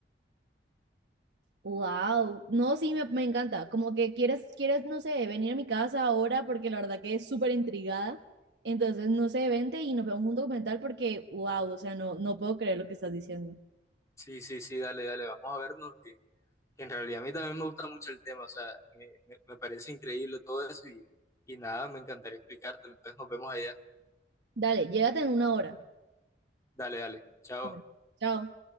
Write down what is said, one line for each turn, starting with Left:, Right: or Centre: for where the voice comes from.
Right: Wow, no, sí, me, me encanta. Como que quieres, quieres, no sé, venir a mi casa ahora porque la verdad que es súper intrigada. Entonces, no sé, vente y nos vemos un documental porque, wow, o sea, no, no puedo creer lo que estás diciendo.
Left: Sí, sí, sí, dale, dale, vamos a vernos. Que, que en realidad a mí también me gusta mucho el tema. O sea, me, me- me parece increíble todo eso y, y nada, me encantaría explicártelo. Entonces, nos vemos allá.
Right: Dale, llégate en una hora.
Left: Dale, dale. Chao.
Right: Vale. Chao.